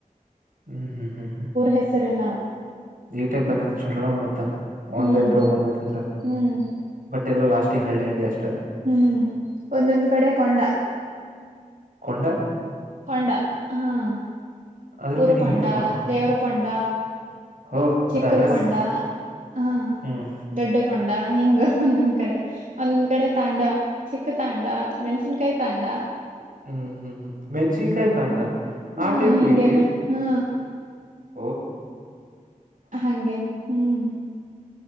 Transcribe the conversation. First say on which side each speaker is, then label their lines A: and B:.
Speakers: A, on the right; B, on the right.
A: ಹ್ಮ್ ಹ್ಮ್ ಹ್ಮ್ ಹ್ಮ್
B: ಹೆಸರೆಲ್ಲ
A: ಈ ಟೈಪ್ ಬಂದೈ ಜರ್ಣ ಮತ್ತ ಒಂದ್
B: ಹ್ಮ್
A: ಐದ್ ರೂಪ ಬಂದೈತ್ ಅಂದ್ರ
B: ಹ್ಮ್
A: ಬಟ್ ಎಲ್ಲ ಲಾಸ್ಟಿಗೆ ಹಳ್ಳೆ ಹಳ್ಳಿ ಅಷ್ಟು
B: ಹ್ಮ್ ಒಂದೊಂದ್ ಕಡೆ ಕೊಂಡ
A: ಕೊಂಡ
B: ಕೊಂಡ ಹ್ಮ
A: ಅದ್ರ
B: ಊರುಕೊೊಂಡ
A: ಮೀನಿಂಗ್ ಎಂತ ಕೊಂಡ
B: ದೇವರಕೊೊಂಡ
A: ಹೋ
B: ಚಿಕ್ಕದಕೊಂಡ
A: ಅದ ಅಡ್ರೆಸ್
B: ಹ್ಮ
A: ಹ್ಮ್
B: ದೊಡ್ಡ ಕೊಂಡ ಹಿಂಗ ಒಂದೊಂದ್ ಕಡೆ ಒಂದೊಂದ್ ಕಡೆ ತಾಂಡ ಚಿಕ್ಕ ತಾಂಡ ಮೆಣ್ಸಿನ್ಕಾಯಿ ತಾಂಡ
A: ಹ್ಮ್ ಹ್ಮ್ ಹ್ಮ್ ಮೆಣಸಿನ್ಕಾಯ ತಾಂಡಾ
B: ಹಾ
A: ಆ ಟೈಪ್
B: ಹಿಂಗೆಲ್ಲ
A: ಯತಿ
B: ಹಾ
A: ಹಓ
B: ಹಂಗೇ ಹ್ಮ್